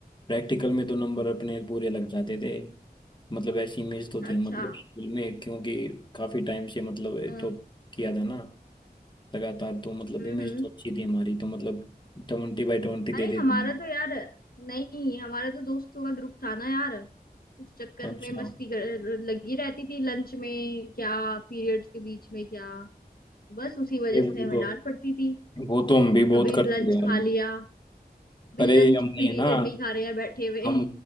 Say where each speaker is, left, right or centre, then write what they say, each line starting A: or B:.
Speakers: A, on the left; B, on the left.
A: प्रैक्टिकल में तो नंबर अपने पूरे लग जाते थे मतलब ऐसी इमेज तो थी
B: अच्छा
A: मतलब स्कूल में क्योंकि काफी टाइम से मतलब ये
B: हाँ
A: तो किया था ना लगातार तो मतलब
B: हम्म
A: इमेज
B: हम्म
A: तो अच्छी थी हमारी तो मतलब ट्वेंटी बाई ट्वेंटी
B: अरे
A: दे देते
B: हमारा
A: थे
B: तो यार नहीं हमारा तो दोस्तों का ग्रुप था ना यार उस चक्कर
A: अच्छा
B: में मस्ती कर लगी रहती थी लंच में क्या पीरियड्स के बीच में क्या बस उसी वजह
A: अरे वो
B: से हमें
A: तो
B: डांट पड़ती थी
A: वो तो हम भी बहुत
B: कभी
A: करते
B: लंच
A: थे यार
B: खा लिया भी
A: अरे
B: लंच
A: हमने
B: पीरियड
A: है ना
B: में ही खा रहे हैं बैठे हुए
A: हम